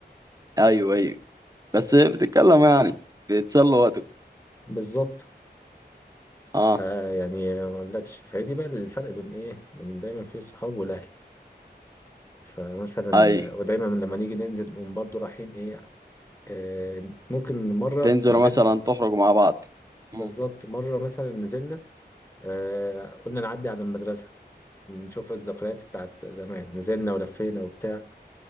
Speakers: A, on the right (about 20°); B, on the left (about 15°).
A: أيوه أيوه بس بتتكلم يعني بتسلوا وقتك
B: بالظبط
A: أه
B: فيعني ما اقولكش فهي دي بقى الفرق بين ايه بين دايما في الصحاب والاهل فمثلا
A: أيوه
B: ودايما لما نيجي ننزل نقوم برضو رايحين ايه آه ممكن مرة
A: تنزلوا
B: نزل
A: مثلا تخرجوا مع بعض
B: بالظبط
A: مم.
B: مرة مثلا نزلنا آه قلنا نعدي على المدرسة نشوف الذكريات بتاعت زمان نزلنا ولفينا وبتاع